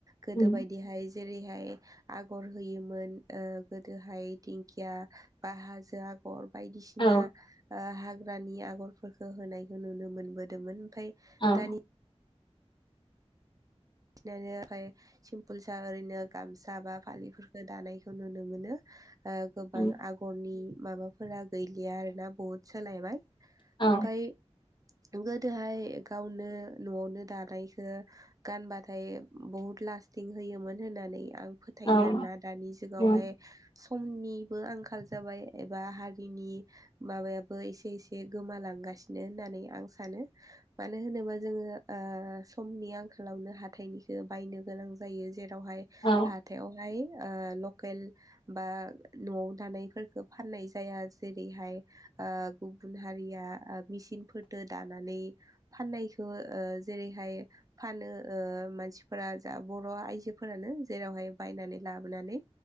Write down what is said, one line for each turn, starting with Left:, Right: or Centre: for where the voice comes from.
Right: गोदो
Left: उम
Right: बायदिहाय जेरैहाय आगर होयोमोन ओ गोदोहाय दिंखिया बा हाजो आगर बायदिसिना
Left: औ
Right: ओ हाग्रानि आगरफोरखौ होनायखौ नुनो मोनबोदोंमोन ओमफाय
Left: औ
Right: दानि दानिआ ओमफ्राय सिमपोल स ओरैनो गामसा बा फालि दानायखौ नुनो मोनो ओ गोबां
Left: उम
Right: आगर नखरनि माबाफोरा गैलिया आरोना बहुद सोलायबाय
Left: औ
Right: ओमफ्राय गोदोहाय गावनो न'आवनो दानायखौ गानबा ओमथाय बहुद लास्टिं होयोमोन होननानै आं फोथायो
Left: औ
Right: आरो ना दानि जुगावहाय
Left: उम
Right: समनिबो आंखाल जाबाय एबा हारिनि माबायाबो एसे एसे गोमालांगासिनो होननानै आं सानो मानो होनोबा जोङो ओ समनि आंखालावनो हाथ हाथथायनिखौ बायनो गोनां जायो जेरावहाय
Left: औ
Right: हाथाइावहाय लकेल बा न'आव दानायफोरखौ फाननाय जाया जेरैहाय गुबुन हारिया ओ मेचनफोरजों दानानै फाननायखौ जेरैहाय फानो ओ मानसिफोरा जा बर' आइजोफोरानो जेरावहाय बायनानै लाबोनानै